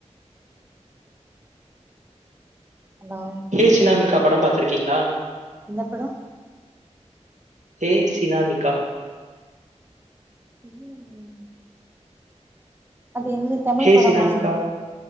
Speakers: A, on the right; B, on the right.
A: ஹலோ
B: ஹே சினாமிக்கா படம் பாத்துருக்கீங்ளா
A: என்ன படம்
B: ஹே சினாமிகா
A: இல்லங்க அது என்ன தமிழ்
B: ஹே
A: படமா
B: சினாமிகா